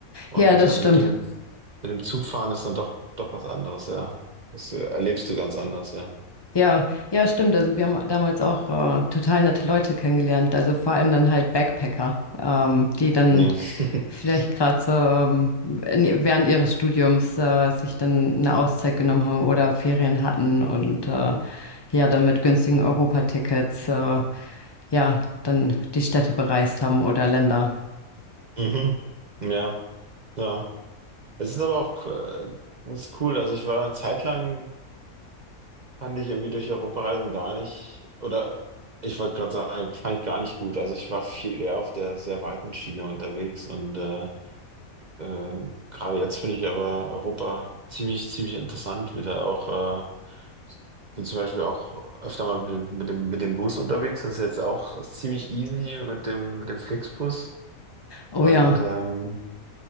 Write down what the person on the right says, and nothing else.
Und
äh,
mit dem, mit dem Zugfahren ist dann doch, doch was anderes, ja. Das äh, erlebst du ganz anders, ja.
Ja. <laughs>
Mhm. Ja, ja. Es ist aber auch äh, ganz cool. Also ich war eine Zeit lang, fand ich irgendwie durch Europa reisen gar nicht, oder ich wollte gerade sagen, fand ich gar nicht gut. Also ich war viel eher auf der sehr weiten Schiene unterwegs und äh, Äh, gerade jetzt finde ich aber Europa ziemlich, ziemlich interessant, wie da auch, äh, bin zum Beispiel auch öfter mal mit, mit dem, mit dem Bus unterwegs. Das ist jetzt auch ziemlich easy mit dem, mit dem Flixbus.
Und
ähm,